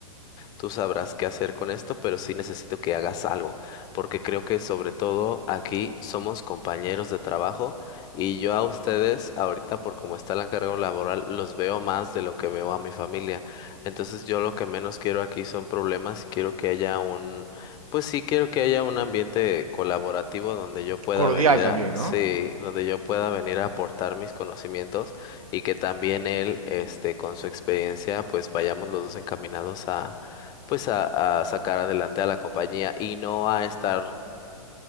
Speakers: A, on the left; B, on the right.
A: Tú sabrás qué hacer con esto, pero sí necesito que hagas algo, porque creo que sobre todo aquí somos compañeros de trabajo y yo a ustedes ahorita por cómo está el encargo laboral los veo más de lo que veo a mi familia. Entonces yo lo que menos quiero aquí son problemas y quiero que haya un, pues sí quiero que haya un ambiente colaborativo donde yo pueda
B: Cordial
A: venir
B: también,
A: a, sí,
B: ¿no?
A: donde yo pueda venir a aportar mis conocimientos y que también él, este, con su experiencia, pues vayamos los dos encaminados a pues a, a sacar adelante a la compañía y no a estarnos